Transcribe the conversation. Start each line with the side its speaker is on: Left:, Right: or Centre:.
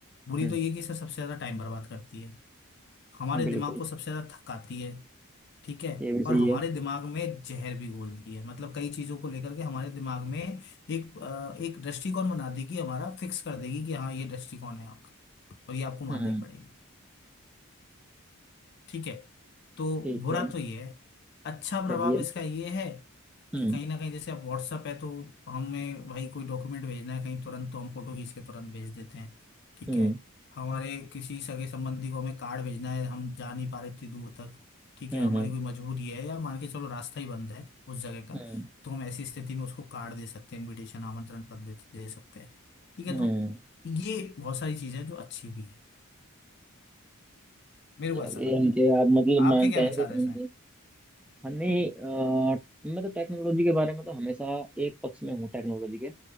Left: बुरी
Centre: हम्म
Left: तो ये कि सर सबसे ज्यादा टाइम बर्बाद करती है हमारे दिमाग
Centre: बिल्कुल
Left: को सबसे ज्यादा थकाती है ठीक है
Centre: ये भी सही
Left: और हमारे
Centre: है
Left: दिमाग में जहर भी घोलती है मतलब कई चीजों को लेकर के हमारे दिमाग में एक अ, एक दृष्टिकोण बना देगी हमारा फिक्स कर देगी कि हाँ ये दृष्टिकोण है आपका और ये आपको मानना
Centre: हम्म
Left: ही पड़ेगा ठीक है तो
Centre: ठीक
Left: बुरा
Centre: है
Left: तो ये है अच्छा
Centre: चलिए
Left: प्रभाव इसका ये है
Centre: हम्म
Left: कि कहीं ना कहीं जैसे अब व्हाट्सअप है तो हमें भाई कोई डॉक्यूमेंट भेजना है कहीं तुरंत तो हम फोटो खींच के तुरंत भेज देते हैं ठीक
Centre: हम्म
Left: है हमारे किसी सगे संबंधी को हमें कार्ड भेजना है हम जा नहीं पा रहे इतनी दूर तक ठीक
Centre: हम्म
Left: है हमारी
Centre: हम्म
Left: कोई मजबूरी है या मान के चलो रास्ता ही बंद है उस जगह का
Centre: हम्म
Left: तो हम ऐसी स्थिति में उसको कार्ड दे सकते हैं इनविटेशन आमंत्रण पत्र दे, दे सकते हैं ठीक है
Centre: हम्म
Left: तो ये बहुत सारी चीजें हैं जो अच्छी भी है मेरे
Centre: चलिए
Left: को ऐसा लगता
Centre: यानी कि
Left: है
Centre: आप मतलब
Left: आपके
Centre: मानते
Left: क्या
Centre: हैं
Left: विचार
Centre: कि कहीं
Left: है
Centre: ना कहीं हमें अ, मैं तो टेक्नोलॉजी के बारे में तो हमेशा एक पक्ष में हूँ टेक्नोलॉजी के